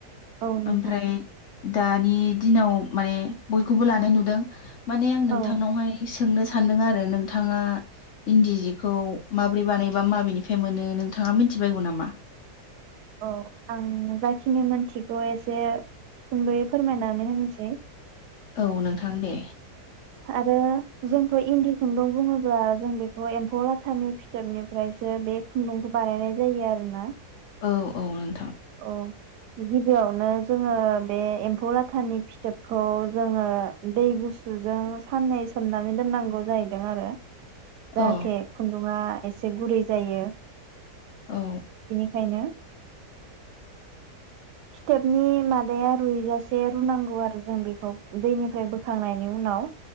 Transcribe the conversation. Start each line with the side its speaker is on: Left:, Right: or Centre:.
Right: औ नोंथां
Left: ओमफ्राय दानि दिनाव माने बयखौबो लानाय नुदों माने आं नोंथांनावहाय
Right: औ
Left: सो सोंनो सान्दों आरो नोंथाङा इन्दि जिखौ माबोरै बानाय? माबेनिफ्राय मोनो नोंथा मिथिबायगौ नामा?
Right: औ आं जाखिनि मोनथिगौ एसे सुंदयै फोरमायनानै होनोसै
Left: औ नोंथां दे
Right: आरो जोंथ' इन्दि खुन्दुं बुङोब्ला जों बेखौ एम्फौ लाथानि फिथोबनिफ्रायसो बे खुन्दुंखौ बानायनाय जायो आरोना
Left: औ औ
Right: अ गि गिबियावनो जोङो बे एम्फौ लाथानि फिथोबखौ जोङो दै गुसुजों साननै सोमनानै दोननांगौ जाहैदों आरो जाहाथे
Left: औ
Right: खुन्दुङा एसे गुरै जायो
Left: औ
Right: खायनो फिथोबनि मादाया रुइजासि एसे रुनांगौ आरो जों बेखौ दैनिफ्राय बोखांनायनि उनाव